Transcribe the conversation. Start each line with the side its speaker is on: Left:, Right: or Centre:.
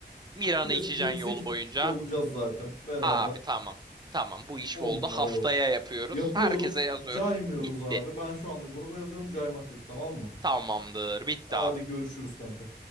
Right: Miran'ı
Left: Bir de
Right: içeceksin
Left: 7-8
Right: yol boyunca.
Left: kişi de olacağız zaten beraber.
Right: Abi tamam tamam bu iş
Left: 10
Right: oldu
Left: numara
Right: haftaya
Left: yol.
Right: yapıyoruz.
Left: Yapıyoruz,
Right: Herkese yazıyoruz.
Left: caymıyoruz
Right: Bitti.
Left: abi. Ben şu anda gruba yazıyorum, caymak yok tamam mı?
Right: Tamamdır bitti
Left: Hadi
Right: abi.
Left: görüşürüz kanka.